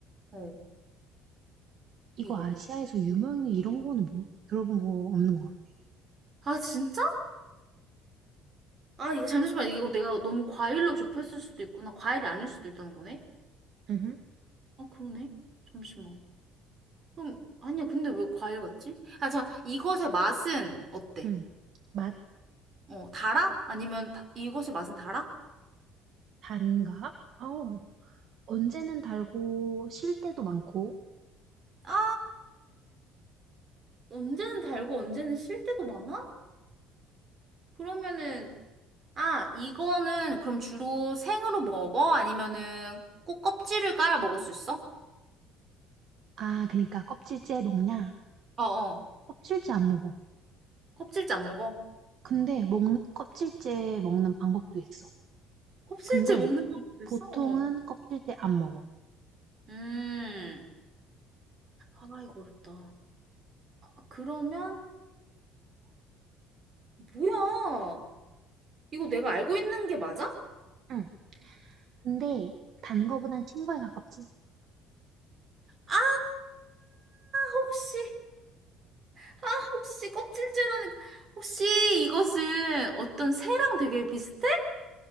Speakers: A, on the right (about 35°); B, on the right (about 50°).
A: 어,
B: 이거
A: 이거.
B: 아시아에서 유명해 이런 거는 뭐, 들어본 거 없는 것 같아.
A: 아, 진짜? 아, 이거 잠시만. 이거 내가 너무 과일로 좁혔을 수도 있구나. 과일이 아닐 수도 있다는 거네?
B: 응,
A: 아, 그러네. 잠시만. 그럼, 아니야. 근데 왜 과일 같지? 아, 자, 이것의 맛은 어때?
B: 응. 맛,
A: 어, 달아? 아니면 다, 이것의 맛은 달아?
B: 단가? 어우 언제는 달고, 실 때도 많고.
A: 아, 언제는 달고 언제는 실 때도 많아? 그러면은, 아, 이거는 그럼 주로 생으로 먹어? 아니면은 꼭 껍질을 까야 먹을 수 있어?
B: 아, 그니까 껍질째 먹냐?
A: 어, 어.
B: 껍질째 안 먹어.
A: 껍질째 안 먹어?
B: 근데 먹, 껍질째 먹는 방법도 있어.
A: 껍질째
B: 근데
A: 먹는 방법도
B: 보통은
A: 있어? 어.
B: 껍질째 안 먹어.
A: 음. 아, 이거 어렵다. 아, 그러면, 뭐야? 이거 내가 알고 있는 게 맞아?
B: 응. 근데 단 거보단 신 거에 가깝지?
A: 아, 혹시, 아, 혹시 껍질째라는, 거- 혹시 이것은 어떤 새랑 되게 비슷해?